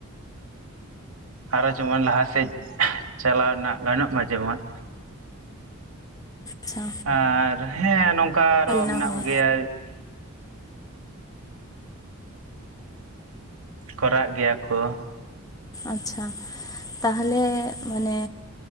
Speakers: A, on the right; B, on the left.
A: ᱟᱨᱚ ᱡᱮᱢᱚᱱ ᱞᱟᱦᱟᱥᱮᱫ ᱪᱟᱞᱟᱣ ᱨᱮᱱᱟᱜ ᱜᱟᱱᱚᱜ ᱢᱟ ᱡᱮᱢᱚᱱ
B: ᱟᱪᱷᱟ
A: ᱟᱨ ᱦᱮᱸ ᱱᱚᱝᱠᱟ ᱟᱨᱚ
B: ᱱᱟᱯᱟᱭ
A: ᱢᱮᱱᱟᱜ ᱠᱚᱜᱮᱭᱟ ᱾ ᱠᱚᱨᱟᱜ ᱜᱮᱭᱟ ᱠᱚ ᱾
B: ᱟᱪᱷᱟ ᱛᱟᱦᱚᱞᱮ ᱢᱟᱱᱮ